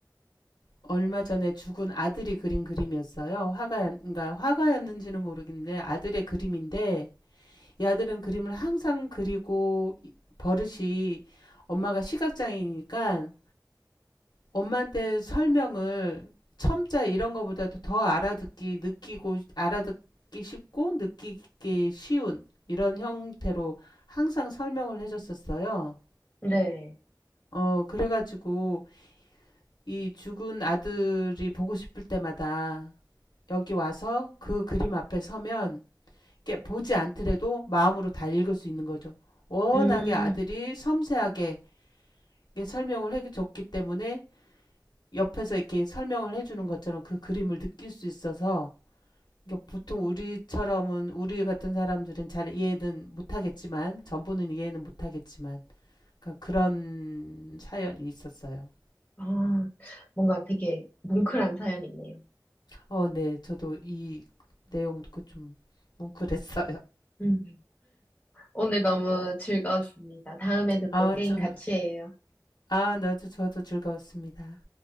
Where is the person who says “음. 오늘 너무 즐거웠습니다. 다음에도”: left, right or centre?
Left